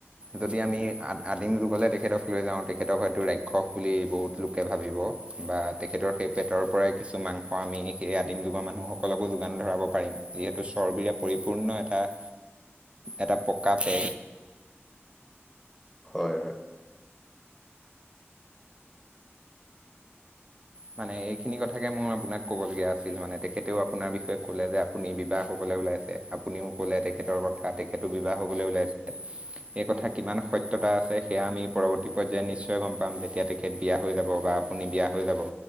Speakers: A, on the right; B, in the centre.
A: যদি আমি আদিম যুগলে তেখেতক লৈ যাওঁ, তেখেতক হয়তো ৰাক্ষস বুলি বহুত লোকে ভাবিব। বা তেখেতৰ সেই পেটৰ পৰাই কিছু মাংস আমি সেই আদিম যুগৰ মানুহসকলকো যোগান ধৰাব পাৰিম। যিহেতু চৰ্বিৰে পৰি পূৰ্ণ এটা- এটা পকা পে
B: হয় - হয়।
A: মানে এইখিনি কথাকে মোৰ আপোনাক ক'বলগীয়া আছিল মানে। তেখেতেও আপোনাৰ বিষয়ে ক'লে যে আপুনি বিবাহ হ'বলৈ ওলাইছে। আপুনিও ক'লে তেখেতৰ কথা। তেখেতো বিবাহ হবলৈ ওলাইছে। এই কথা কিমান সত ত্যতা আছে, সেয়া আমি পৰৱৰ্তী পৰ্যায়ত নিশ্চয় গম পাম, যেতিয়া তেখেত বিয়া হৈ যাব বা আপুনি বিয়া হৈ যাব।